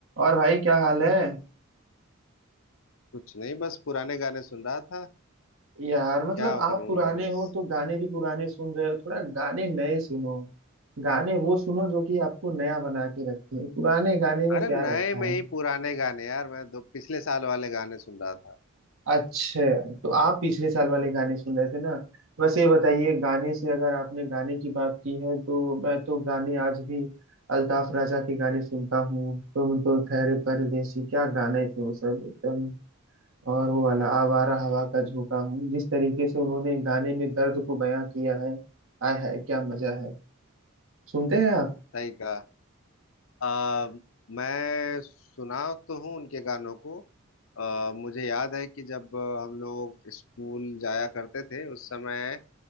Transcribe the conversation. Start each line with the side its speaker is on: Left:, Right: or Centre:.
Right: और भाई क्या हाल है
Left: कुछ नहीं बस पुराने गाने सुन रहा था
Right: यार मतलब
Left: क्या
Right: आप
Left: करूंगा
Right: पुराने
Left: और बस-
Right: हो तो गाने भी पुराने सुन रहे हो थोड़ा गाने नए सुनो गाने वो सुनो जो कि आपको नया बना के रखे पुराने गाने में
Left: अरे
Right: क्या
Left: नए
Right: रखा
Left: में
Right: है
Left: ही पुराने गाने यार मैं दो पिछले साल वाले गाने सुन रहा था
Right: अच्छा तो आप पिछले साल वाले गाने सुन रहे थे ना वैसे ये बताइए गाने से अगर आपने गाने की बात की है तो मैं तो गाने आज भी अल्ताफ राजा के गाने सुनता हूँ तुम तो ठहरे परदेसी क्या गाने थे वो सब एकदम और वो वाला आवारा हवा का झोंका हूँ जिस तरीके से उन्होंने गाने में दर्द को बयां किया है आय हाय क्या मजा है सुनते हैं आप
Left: सही कहा आ, मैं सुना तो हूँ उनके गानों को आ, मुझे याद है कि जब अ, हम लोग स्कूल जाया करते थे उस समय